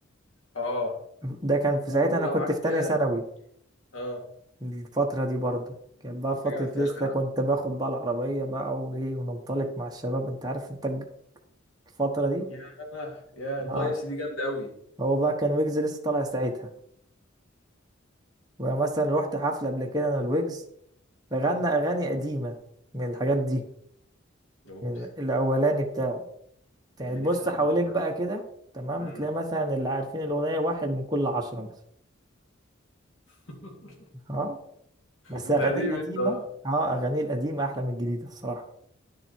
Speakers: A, on the left; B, on the right.
A: اه
B: ده كان في
A: ورجوله
B: ساعتها انا كنت
A: وعجل
B: في تانية ثانوي
A: اه
B: الفترة دي برضو كانت بقى فترة
A: انت جامد فشخ
B: لسه
A: يا عم.
B: كنت باخد بقى العربية بقى وإيه وننطلق مع الشباب أنت عارف أنت الج- الفترة دي
A: يا يا الفايبس
B: آه
A: دي جامده قوي
B: هو بقى كان ويجز لسه طالع ساعتها ومثلا روحت حفلة قبل كده أنا الويجز فغنى
A: امم
B: أغاني قديمة من الحاجات دي
A: اوبس
B: من الأولاني بتاعه
A: اللي
B: يعني تبص
A: نفسي احضر
B: حواليك
A: له
B: بقى كده تمام
A: امم
B: تلاقي مثلا اللي عارفين الأغنية واحد من كل عشرة مثلا
A: <laughs>
B: آه بس
A: انت
B: أغانيه
A: قديم
B: القديمة
A: انت بقى
B: آه أغانيه القديمة أحلى من الجديدة الصراحة